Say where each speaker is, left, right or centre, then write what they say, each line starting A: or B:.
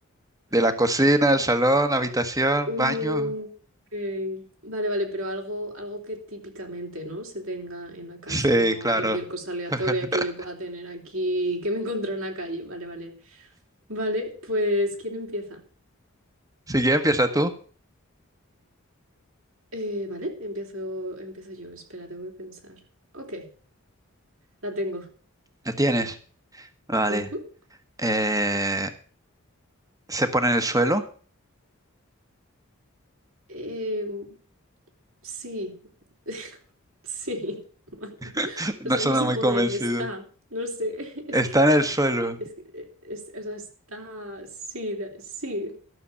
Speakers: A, on the right; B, on the right.
A: De
B: <gasps>
A: la cocina, el salón, habitación,
B: Ah, uh,
A: baño.
B: ok. Vale, vale, pero algo, algo que típicamente, ¿no? Se tenga en la casa,
A: Sí,
B: no
A: claro.
B: cualquier cosa aleatoria
A: <laughs>
B: que yo pueda tener aquí, que me encontré en la calle. Vale, vale. Vale, pues ¿quién empieza?
A: Si ya empieza tú.
B: Eh, vale, empiezo, empiezo yo. Espera, tengo que pensar. Ok, la tengo.
A: ¿La tienes? Vale.
B: Ujú.
A: Eh, ¿se pone en el suelo?
B: Em, Sí, <laughs> sí. <laughs>
A: <laughs> No
B: O sea,
A: suena
B: no se
A: muy
B: pone,
A: convencido.
B: está, no sé, <laughs> es
A: Está
B: que,
A: en el suelo,
B: es que, es- o sea, está, sí, da- sí,